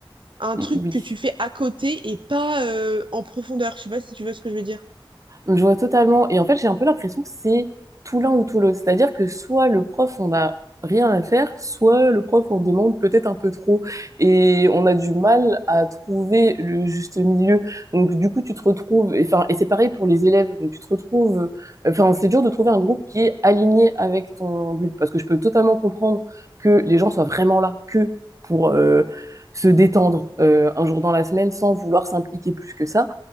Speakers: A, on the right; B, on the right.
A: un
B: Mm,
A: truc
B: oui.
A: que tu fais à côté et pas euh, en profondeur. Je sais pas si tu vois ce que je veux dire.
B: Je vois totalement. Et en fait, j'ai un peu l'impression que c'est tout l'un ou tout l'autre. C'est-à-dire que soit le prof, on n'a rien à faire, soit le prof on demande peut-être un peu trop. Et on a du mal à trouver le juste milieu. Donc, du coup, tu te retrouves, et, enfin, et c'est pareil pour les élèves. Donc, tu te retrouves, enfin, c'est dur de trouver un groupe qui est aligné avec ton but. Parce que je peux totalement comprendre que les gens soient vraiment là que pour, euh, se détendre euh, un jour dans la semaine sans vouloir s'impliquer plus que ça.